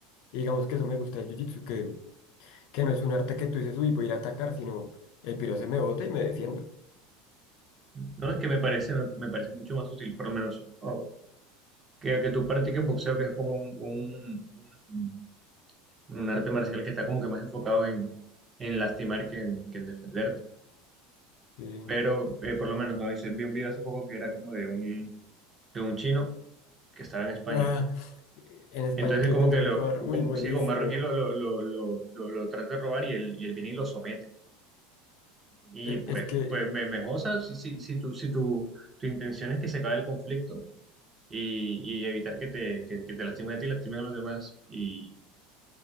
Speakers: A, on the left; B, on the right.
A: Y digamos que eso me gusta del jiu-jitsu, que, que no es un arte que tú dices, uy, voy a ir a atacar, sino el piro se me bota y me defiendo.
B: no es que me parece, me, me parece mucho más útil, por lo menos, o que, que tú practiques boxeo, que es como un, un- un- un arte marcial que está como que más enfocado en, en lastimar que en, que en defenderte.
A: Sí.
B: Pero, eh, por lo menos, no hice, vi un video hace poco que era como de un, de un chino que estaba en España.
A: Ah, en España
B: Entonces,
A: que
B: como
A: lo intentaron
B: que lo,
A: robar,
B: como,
A: uy, buenísimo.
B: sí, como un marroquí lo, lo, lo, lo, lo, lo trata de robar y él, y él viene y lo somete. Y
A: E-
B: pues,
A: Es que,
B: pues me, mejor, o sea, si, si, si, tu, si tu, tu intención es que se acabe el conflicto y, y evitar que te, que, que te lastimen a ti y lastimen a los demás y,